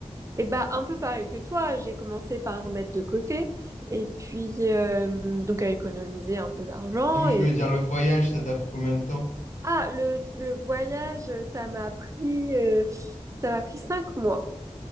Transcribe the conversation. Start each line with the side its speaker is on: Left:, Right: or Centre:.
Right: Et bah un peu pareil que toi, j'ai commencé par mettre de côté et puis euh, donc à économiser un peu d'argent
Left: Non, mais je
Right: et
Left: voulais
Right: puis
Left: dire le voyage, ça t'a pris combien de temps?
Right: Ah, le, le voyage, ça m'a pris, euh, ça m'a pris cinq mois.